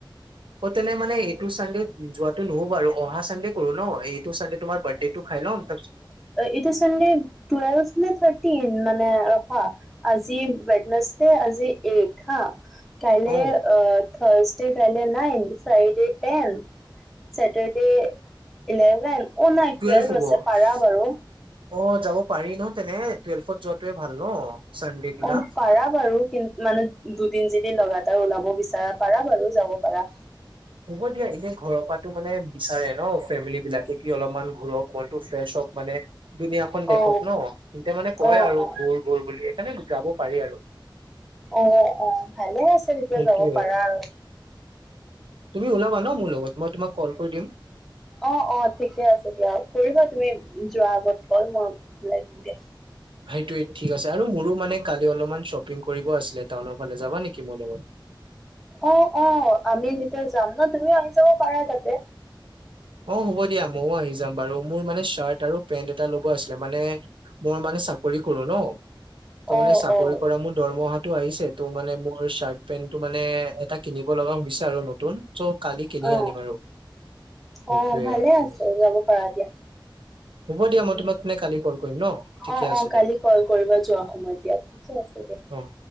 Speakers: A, on the right (about 75°); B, in the centre.
A: অ তেনে মানে ইটো চানডে যোৱাটো নহব আৰু অহা চানডে কৰো ন এই টু চানডেটো তোমাৰ বাৰ্থডেটো খাই লম তাৰপাছত
B: ইটো চানডে টোৱেভ নে থাৰ্টিন মানে ৰখা আজি বেটনছড আজি এইট হা কাইলে
A: অ
B: থাৰজডে কাইলে নাই ফ্ৰাইডে টেন চটাৰডে ইলেভেন অ নাই টুৱেল্ভ
A: টুৱেলফ হ'ব
B: আছে
A: অ
B: পাৰা বাৰু
A: যাব পাৰি ন তেনে টুৱেলফত যোৱাটোৱে ভাল ন চানডে
B: অ
A: দিনা
B: পাৰা বাৰু কিন্ত মানে দুদিন যদি লগা তাৰ ওলাব বিচাৰা পাৰা বাৰু যাব পাৰা
A: হ'ব দিয়া এনে ঘৰৰ পৰা টো মানে বিচাৰে ন ফেমিলি বিলাকে কি অলপমান ঘূৰক মনতো ফ্ৰেছ হওক মানে দুুনীয়াখন দেশক
B: অ
A: ন এন্তিয়া মানে কয়
B: অ
A: আৰু
B: অ
A: ঘোৰ ঘোৰ বুলি সেইকাৰণে যাব পাৰি আৰু
B: অ অ ভালে আছে তেতিয়া
A: সেইটোয়ে
B: যাব পাৰা আৰু
A: তুমি ওলাবা ন মোৰ লগত মই তোমাক কল কৰি দিম
B: অ অ ঠিকে আছে দিয়া কৰিবা তুমি যোৱাৰ আগত কল মই ওলাই দিম দিয়া
A: সেইটোৱে ঠিক আছে আৰু মোৰো মানে কালি অলপমান শ্বপিং কৰিব আছিলে টাউনৰ ফালে যাবা নেকি মোৰ লগত
B: অ অ আমি যেতিয়া যাম ন তুমিও আহি যাব পাৰা তাতে
A: অ হ'ব দিয়া ময়ো আহি যাম বাৰু মোৰ মানে চাৰ্ট আৰু পেন্ট এটা লব আছিলে মানে মই মানে চাকৰি কৰো ন ত
B: অ
A: মানে চাকৰি
B: অ
A: কৰা মোৰ দৰমহাটো আহিছে ত' মানে মোৰ চাৰ্ট পেন্টো মানে এটা কিনিব লগা হৈছে আৰু নতুন চ' কালি কিনি
B: অ
A: আনিম আৰু সেইটোয়ে
B: অ ভালে আছে যাব পাৰা দিয়া
A: হ'ব দিয়া মই তোমকতেনে কালি কল কৰিম ন ঠিকে
B: অ
A: আছে
B: অ কালি
A: দিয়া
B: কল কৰিব যোৱা সময় দিয়া ঠিকে আছে দিয়া
A: অ